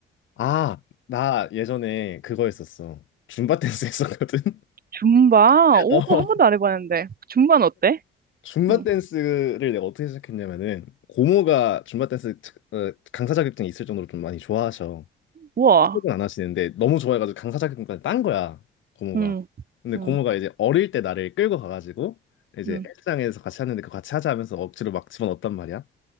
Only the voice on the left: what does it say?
아, 나 예전에 그거 했었어. 줌바 댄스 했었거든.
<laughs>
어.
줌바
댄스를 내가 어떻게 시작했냐면은 고모가 줌바 댄스 차- 어, 강사 자격증이 있을 정도로 좀 많이 좋아하셔.
혹은 안 하시는데 너무 좋아해가지고 강사 자격증까지 딴 거야 고모가.
근데
고모가 이제 어릴 때 나를 끌고 가가지고 이제
헬스장에서 같이 하는데 그 같이 하자 하면서 억지로 막 집어넣었단 말이야.